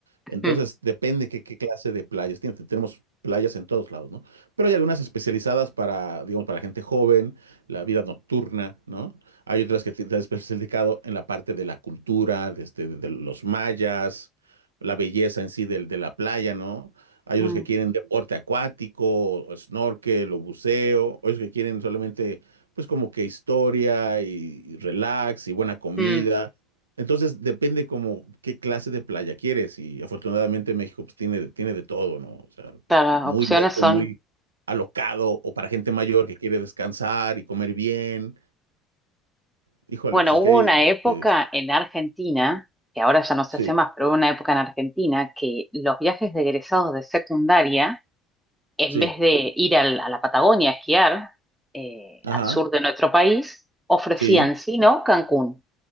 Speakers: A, on the right (about 80°); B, in the centre.
A: Entonces,
B: Mm,
A: depende qué, qué clase de playas tiene. Tenemos playas en todos lados, ¿no? Pero hay algunas especializadas para, digamos, para la gente joven, la vida nocturna, ¿no? Hay otras que te- te has especializado en la parte de la cultura, de, este, de los mayas, la belleza en sí del- de, la playa, ¿no? Hay
B: mm,
A: otros que quieren deporte acuático, o snorkel, o buceo, otros que quieren solamente pues como que historia y, relax y buena comida.
B: mm.
A: Entonces depende como qué clase de playa quieres y afortunadamente México pues tiene, de- tiene de todo, ¿no? O sea,
B: Claro,
A: muy
B: las opciones
A: loco,
B: son,
A: muy alocado o para gente mayor que quiere descansar y comer bien. Híjole,
B: bueno,
A: pues es
B: hubo
A: que hay,
B: una época
A: este,
B: en Argentina, que ahora ya no se
A: Sí,
B: hace más, pero hubo una época en Argentina que los viajes de egresados de secundaria, en
A: sí,
B: vez de ir al- a la Patagonia a esquiar, eh,
A: ajá,
B: al sur de nuestro país, ofrecían,
A: sí,
B: si no, Cancún